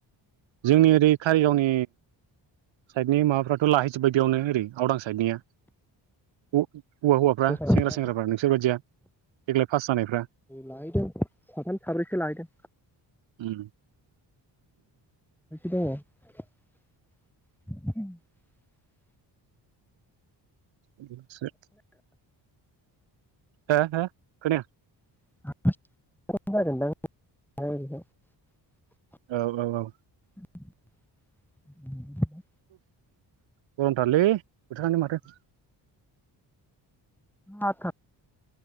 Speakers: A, on the right; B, in the centre.
A: जोंनि ओरै कारिगावनि साइडनि माबा बेखौ लाहैजोबबाय बेयावनो ओरै गावदां साइडनिया हौवा हौवाफ्रा
B: जोंहा
A: सेंग्रा सेंग्राफ्रा नोंसोर बदिया देग्लाय पास जानायफ्रा
B: लाहैदों साथाम साब्रैसो लाहैदों
A: उम
B: <unintelligible> <unintelligible>
A: ार <unintelligible> हो हो खोनाया
B: <unintelligible>
A: औ औ औ
B: <inaudible>
A: गरमथारलै बोथारानो माथो
B: ाथ <unintelligible>